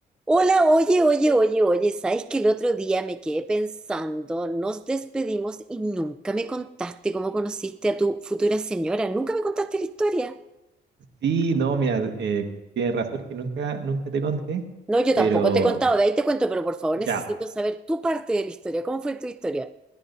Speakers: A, in the centre; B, on the right.
A: Hola, oye, oye, oye, oye, ¿sabes que el otro día me quedé pensando, nos despedimos y nunca me contaste cómo conociste a tu futura señora? Nunca me contaste la historia.
B: Sí, no, mira, eh, tienes razón que nunca, nunca te conté,
A: No, yo
B: pero
A: tampoco te he contado, de ahí te cuento, pero por favor necesito
B: ya,
A: saber tu parte de la historia. ¿Cómo fue tu historia?